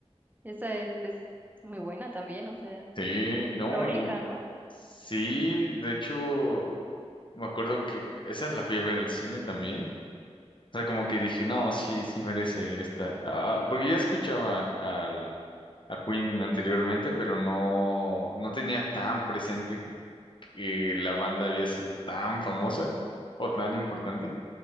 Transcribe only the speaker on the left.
Sí,
no, yo
sí, de hecho, me acuerdo que esa la fui a ver al cine también. O sea, como que dije, no, sí, sí merece esta. Ah, porque ya escuchaba al, a Queen anteriormente, pero no, no tenía tan presente que la banda había sido tan famosa o tan importante.